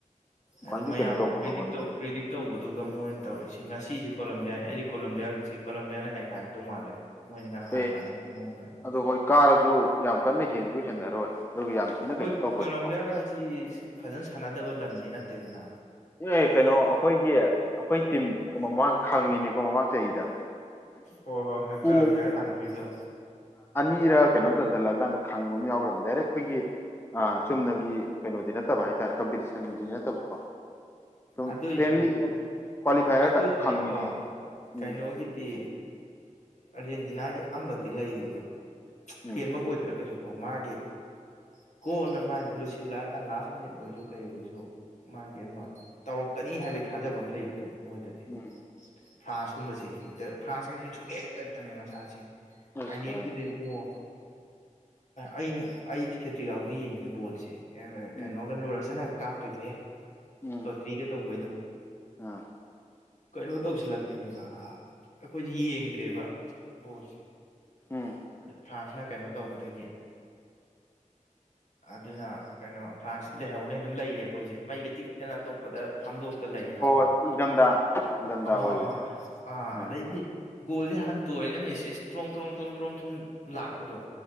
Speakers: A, on the left; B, on the left.
A: ꯈ꯭ꯋꯥꯏꯗꯒꯤ
B: ꯑꯗꯨ ꯃꯌꯥꯝꯅ
A: ꯀꯩꯅꯣ ꯇꯧꯕ
B: ꯄ꯭ꯔꯤꯗꯤ
A: ꯈꯪꯉꯅꯤ
B: ꯇꯧ
A: ꯀꯩꯅꯣ
B: ꯄ꯭ꯔꯤꯗꯤꯛ ꯇꯧꯕꯗꯨꯒ ꯃꯣꯏꯅ ꯇꯧꯔꯛꯏꯁꯤ ꯉꯁꯤ ꯀꯣꯂꯝꯕꯤꯌꯥꯅꯤ ꯑꯩꯗꯤ ꯀꯣꯂꯝꯕꯤꯌꯥꯒꯤꯁꯤ ꯀꯣꯝꯕꯤꯌꯥꯅ ꯅꯩꯈꯥꯏꯔꯛꯇꯧ ꯃꯥꯜꯂꯦꯕ ꯃꯣꯏꯅ ꯉꯔꯥꯡ ꯍꯥꯟꯅ
A: ꯑꯦ
B: ꯁꯥꯟꯅꯈꯤꯕ ꯃꯑꯣꯡꯗꯨꯅ
A: ꯑꯗꯨꯗꯣ ꯍꯣꯏ ꯀꯥꯔꯁꯨ ꯌꯥꯝ ꯀꯟꯅ ꯍꯦꯟꯁꯨ ꯍꯦꯟꯅꯔꯣꯏ ꯑꯗꯨꯒ ꯌꯥꯝ ꯊꯤꯅ
B: ꯍꯣꯏ
A: ꯀꯩꯅꯣ ꯇꯧꯕꯅꯤꯀꯣ
B: ꯀꯂꯝꯕꯤꯌꯥꯒ ꯍꯥꯏꯁꯤ ꯐꯖꯅ ꯁꯥꯟꯅꯗꯕ ꯂꯝꯗꯤ ꯅꯠꯇꯦꯗꯅ
A: ꯑꯦ ꯀꯩꯅꯣ ꯑꯩꯈꯣꯏꯒꯤ ꯑꯩꯈꯣꯏ ꯇꯤꯝ ꯃꯃꯥꯡ ꯈꯪꯉꯤꯅꯤꯀꯣ ꯃꯃꯥꯡ ꯆꯍꯤꯗ
B: ꯑꯣ ꯍꯣꯏ ꯍꯣꯏ
A: ꯄꯣ
B: ꯀꯂꯝꯕꯤꯌꯥꯒ ꯁꯥꯟꯅꯈꯤꯕꯗꯨ
A: ꯄꯤꯔ ꯀꯩꯅꯣꯝ ꯆꯟꯁꯤꯜꯂꯀꯥꯟꯗ ꯈꯪꯕ ꯑꯃ ꯌꯥꯎꯈ꯭ꯔꯕ ꯗꯥꯏꯔꯦꯛ ꯑꯩꯈꯣꯏꯒꯤ ꯑ ꯆꯨꯝꯅꯒꯤ ꯀꯩꯅꯣꯗꯤ ꯅꯠꯇꯕ ꯍꯥꯏꯇꯥꯔꯦ ꯀꯝꯄꯤꯇꯤꯁꯟꯗꯨꯗꯤ ꯅꯠꯇꯕꯀꯣ ꯑꯗꯨꯝ
B: ꯑꯗꯨꯏꯁꯨ
A: ꯐ꯭ꯔꯦꯟꯂꯤ ꯀ꯭ꯋꯥꯂꯤꯐꯥꯏꯌꯔꯗ
B: ꯑꯗꯨꯏꯁꯨꯅꯦꯀꯣ
A: ꯈꯪꯉꯤꯅꯦ ꯎꯝ
B: ꯀꯩꯅꯣꯒꯤꯗꯤ ꯑꯔꯖꯦꯟꯇꯤꯅꯥ ꯒꯤ ꯑꯃꯗꯤ ꯂꯩꯌꯦꯕ
A: ꯎꯝ
B: ꯐꯦꯟ ꯃꯛ ꯑꯣꯏꯗ꯭ꯔꯒꯁꯨ ꯑꯣ ꯃꯥꯒꯤ ꯀꯣꯟꯅ ꯃꯥꯥꯏ ꯂꯨꯁꯤꯜꯂꯛꯑꯀꯥꯟꯗ ꯂꯥꯁ ꯃꯤꯅꯤꯠ ꯑꯣꯏꯔꯁꯨ ꯀꯩ ꯑꯣꯏꯔꯁꯨ ꯃꯥꯒꯤ ꯑꯃ ꯀꯅꯤ ꯍꯥꯏꯕꯒꯤ ꯊꯥꯖꯕ ꯑꯃ ꯂꯩꯕꯗꯣ ꯃꯣꯏꯗꯗꯤ
A: ꯎꯝ
B: ꯐ꯭ꯔꯥꯟꯁꯀꯨꯝꯕꯁꯦ ꯐ꯭ꯔꯥꯟꯁ ꯀꯁꯤ ꯁꯨꯛꯂꯦꯞ ꯂꯦꯞꯇꯕꯅꯤ <unintelligible>
A: ꯑꯁ
B: ꯐꯥꯏꯅꯦꯜꯒꯤꯗ
A: ꯀꯔꯥꯏꯗꯩ
B: ꯏꯕꯨꯡꯉꯣ ꯑꯩꯅ ꯑꯩ ꯈꯦꯇ꯭ꯔꯤꯒꯥꯎꯗꯤ ꯌꯦꯡꯉꯦ ꯕꯣꯜꯁꯦ ꯑꯦ
A: ꯎꯝ
B: ꯀꯩꯅꯣꯒ ꯂꯨꯔꯁꯟꯅ ꯀꯥꯞꯄꯩꯗꯨꯍꯦ
A: ꯎꯝ
B: ꯂꯣꯇ꯭ꯔꯤꯒ ꯇꯧꯕꯩꯗꯣ
A: ꯑꯥ
B: ꯀꯩꯅꯣ ꯇꯧꯁꯤꯜꯂꯛꯇꯅꯦꯕ ꯑ ꯑꯩꯈꯣꯏꯗꯤ ꯌꯦꯡꯗ꯭ꯔꯦꯕ ꯕꯣꯜꯁꯦ
A: ꯎꯝ
B: ꯑꯗꯨ ꯐ꯭ꯔꯥꯟꯁꯅ ꯀꯩꯅꯣ ꯇꯧꯕꯗꯒꯤ ꯑꯗꯨꯅ ꯀꯩꯅꯣ ꯐ꯭ꯔꯥꯟꯁ ꯂꯩꯍꯧꯅꯦ ꯑꯗꯨꯝ ꯂꯩꯔꯦ ꯑꯩꯈꯣꯏꯁꯦ ꯃꯩꯒ ꯇꯤꯛ ꯇꯅ ꯑꯇꯣꯞꯄꯗ ꯐꯝꯗꯣꯛ ꯂꯩ
A: ꯍꯣꯏ
B: ꯑ
A: ꯍꯣꯏ ꯏꯪꯊꯝꯊꯥ ꯏꯪꯊꯝꯊꯥ ꯑꯣꯏꯕꯅꯦ
B: ꯍꯣ ꯍꯣꯏ ꯑꯥ
A: ꯎꯝ
B: ꯑꯗꯩꯗꯤ ꯒꯣꯜꯁꯦ ꯍꯟꯇꯣꯛꯑꯅ ꯃꯦꯁꯦꯁ ꯇ꯭ꯔꯣꯡ ꯇ꯭ꯔꯣꯡ ꯇ꯭ꯔꯣꯡ ꯇ꯭ꯔꯣꯡ ꯁꯨꯝ ꯂꯥꯛꯄꯗꯣ